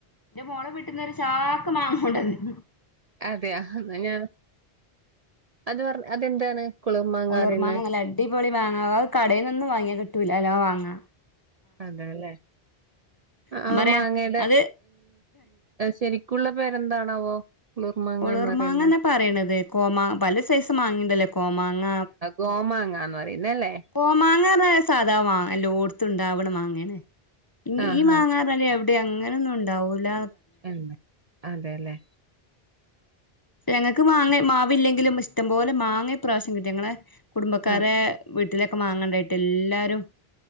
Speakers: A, on the left; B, on the right.
A: ന്റെ മോളെ വിട്ടുന്നൊരു ചാക്ക് മാങ്ങ കൊണ്ടന്നീന്ന്.
B: അതെയാ ഞാൻ അത് പറ അതെന്താണ് കുളിർമാങ്ങാ
A: ഒളൂർ
B: പറയുന്നെ
A: മാങ്ങ നല്ല അടിപൊളി മാങ്ങ അത് കടയിന്നൊന്നും വാങ്ങിയാ കിട്ടൂലലോ മാങ്ങാ
B: അതെല്ലേ
A: ഞാൻ
B: ആഹ്
A: പറയാ
B: മാങ്ങയുടെ
A: അത്
B: ശരി ക്കുള്ള പേരെന്താണാവോ കുളിർ മാങ്ങന്ന്
A: ഒളിർ
B: പറയുന്നെ
A: മാങ്ങന്നാ പറയണത് കോമാ പല സൈസ് മാങ്ങിണ്ടല്ലേ കോമാങ്ങ
B: ഗോമാങ്ങാന്ന് പറയുന്ന അല്ലേ
A: കോമാങ്ങാറന്ന സാധാ മാങ്ങ എല്ലോട്ത്തുണ്ടാവണ മാങ്ങാണ്
B: ആഹാ
A: ഈ മാങ്ങാറഞ്ഞാല് എ വ്ടിം അങ്ങനൊന്നും ഉണ്ടാവൂല്ല.
B: ഉം അതെല്ലെ
A: ഞങ്ങൾക്ക് മാങ്ങ മാവില്ലെങ്കിലും ഇഷ്ടംപോലെ മാങ്ങ ഇപ്രാവശ്യം കിട്ടി ഞങ്ങളെ കുടുംബക്കാരെ
B: ആ
A: വീട്ടിലൊക്കെ മാങ്ങണ്ടായിട്ട് എല്ലാരും